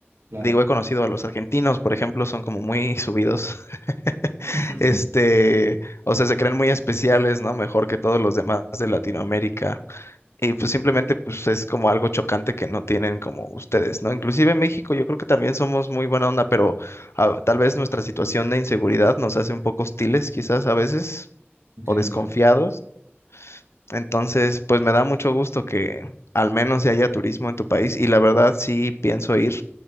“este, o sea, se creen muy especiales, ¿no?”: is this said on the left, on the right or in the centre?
Left